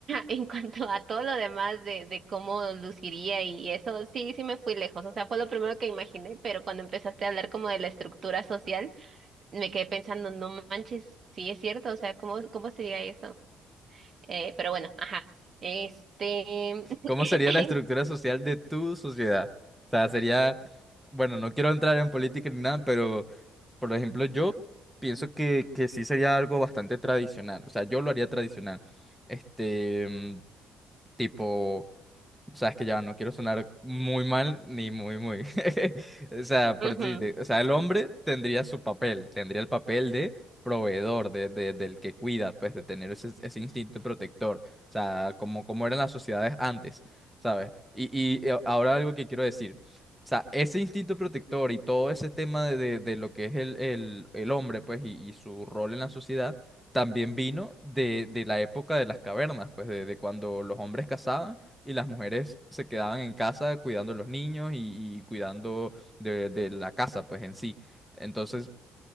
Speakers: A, on the right; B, in the centre.
A: en cuanto a todo lo demás de, de cómo luciría y, eso, sí, sí me fui lejos, o sea, fue lo primero que imaginé, pero cuando empezaste a hablar como de la estructura social, me quedé pensando, no manches, sí es cierto, o sea, ¿cómo, cómo sería eso? Eh, pero bueno, ajá, este, <laughs>
B: ¿Cómo sería la estructura social de tu sociedad? O sea, sería, bueno, no quiero entrar en política ni nada, pero, por ejemplo, yo pienso que, que sí sería algo bastante tradicional. O sea, yo lo haría tradicional. Este, mm, tipo, O sea, es que ya no quiero sonar muy mal ni muy, muy. <laughs> O sea,
A: ujú.
B: por decirte, o sea, el hombre tendría su papel, tendría el papel de proveedor, de, de- del que cuida, pues, de tener ese, ese instinto protector. O sea, como, como eran las sociedades antes, ¿sabes? Y, y eh, ahora algo que quiero decir. O sea, ese instinto protector y todo ese tema de, de- de lo que es el, el- el hombre, pues, y, y su rol en la sociedad, también vino de, de la época de las cavernas, pues, de de cuando los hombres cazaban y las mujeres se quedaban en casa cuidando a los niños y, y cuidando de, de la casa, pues en sí. Entonces,